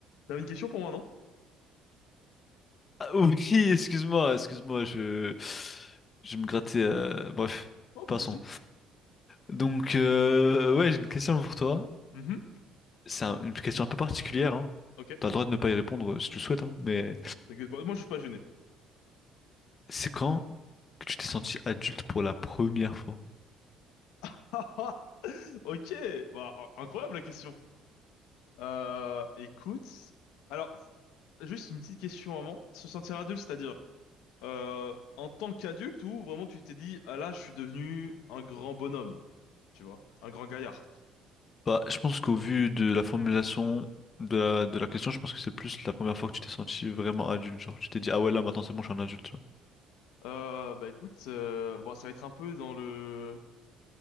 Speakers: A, on the left (about 85°); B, on the left (about 35°).
A: T'avais une question pour moi, non?
B: Ah, oui, <laughs> excuse-moi, excuse-moi, je... je me grattais. euh, Bref,
A: Oh, pas
B: passons.
A: de souci.
B: Donc, euh, ouais, j'ai une question pour toi.
A: Mhm.
B: C'est un- une question un peu particulière, hein.
A: Ok.
B: T'as le droit de ne pas y répondre euh, si tu le souhaites, hein, mais
A: T'inquiète pas. Moi, je suis pas gêné.
B: c'est quand que tu t'es senti adulte pour la première fois?
A: <laughs> Ah, ah. Ok. Bah, in- incroyable la question. Euh, écoute. Alors, juste une petite question avant. Se sentir adulte, c'est-à-dire euh, en tant qu'adulte ou vraiment tu t'es dit, ah là, je suis devenu un grand bonhomme, tu vois, un grand gaillard.
B: Bah, je pense qu'au vu de la formulation de la, de la question, je pense que c'est plus la première fois que tu t'es senti vraiment adulte. Genre, tu t'es dit, ah ouais, là, maintenant, c'est bon, je suis un adulte, tu vois.
A: Euh, bah écoute, euh, bon, ça va être un peu dans le,